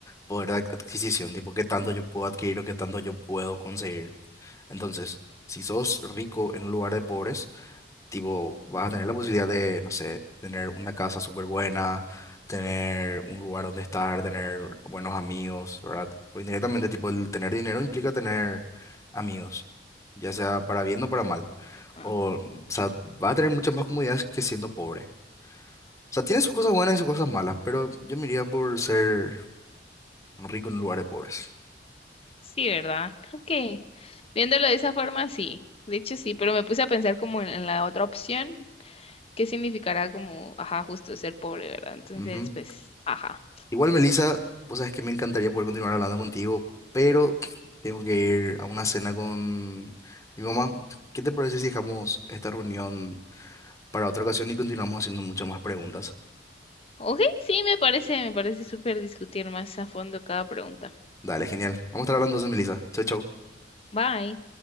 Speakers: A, on the left; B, on the left.
A: poder de adqu- adquisición, tipo, qué tanto yo puedo adquirir o qué tanto yo puedo conseguir. Entonces, si sos rico en un lugar de pobres, Tipo, vas a tener la posibilidad de, no sé, tener una casa súper buena, tener un lugar donde estar, tener buenos amigos, ¿verdad? Porque indirectamente, tipo, el tener dinero implica tener amigos, ya sea para bien o para mal.
B: Ah,
A: O, o sea, vas a tener muchas más comodidades que siendo pobre. O sea, tiene sus cosas buenas y sus cosas malas, pero yo me iría por ser rico en un lugar de pobres.
B: Sí, ¿verdad? Creo que viéndolo de esa forma, sí. De hecho, sí, pero me puse a pensar como en en la otra opción qué significará como, ajá, justo ser pobre, ¿verdad? Entonces,
A: Ujú.
B: pues, ajá.
A: Igual, Melissa, vos sabes que me encantaría poder continuar hablando contigo, pero tengo que ir a una cena con mi mamá. ¿Qué te parece si dejamos esta reunión para otra ocasión y continuamos haciendo muchas más preguntas?
B: Ok, sí, me parece, me parece súper discutir más a fondo cada pregunta.
A: Dale, genial. Vamos a estar hablando entonces, Melissa. Chau, chau.
B: Bye.